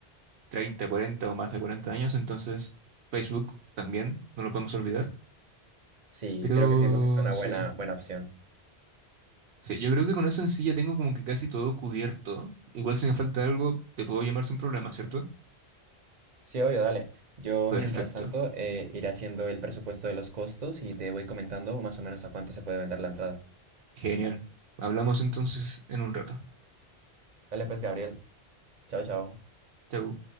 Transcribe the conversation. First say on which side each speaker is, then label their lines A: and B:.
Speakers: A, on the right; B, on the right.
A: 30, 40 o más de 40 años, entonces Facebook también, no lo podemos olvidar.
B: Sí,
A: Pero
B: creo que Facebook es una
A: sí,
B: buena, buena opción.
A: sí, yo creo que con eso en sí ya tengo como que casi todo cubierto. Igual si me falta algo, te puedo llamar sin problema, ¿cierto?
B: Sí, obvio, dale. Yo,
A: Perfecto,
B: mientras tanto, eh, iré haciendo el presupuesto de los costos y te voy comentando más o menos a cuánto se puede vender la entrada.
A: genial. Hablamos entonces en un rato.
B: Dale, pues, Gabriel. Chao, chao.
A: Chau.